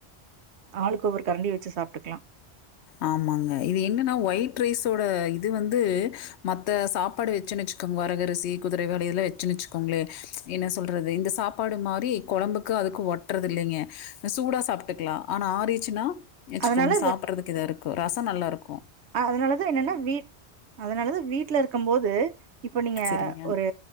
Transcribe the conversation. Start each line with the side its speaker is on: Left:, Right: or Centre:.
Right: ஆளுக்கு ஒவ்வொரு கரண்டி வச்சு சாப்ட்டுக்கலா
Left: ஆமாங்க இது என்னன்னா ஒயிட் ரைஸோட இது வந்து மத்த சாப்பாடு வச்சுன்னச்ச கம் வரகரிசி குதிரைவாலி இதல்லா வச்சுச்வச்கோங்களே என்ன சொல்றது இந்த சாப்பாடு மாதிரி கொழம்புக்கு அதுக்கு ஒட்டுறது இல்லைங்க சூடா சாப்ட்டுக்கலா ஆனா ஆறிச்சுன்னா வச்சுக்கோங்க
Right: அதனால
Left: சாப்டுறதுக்கு இதா இருக்கு ரசம் நல்லா இருக்கு
Right: அதனாலதா என்னன்னா வீட் அதனாலதா வீட்டுல இருக்கு போது இப்ப நீங்க
Left: சரிங்க,
Right: ஒரு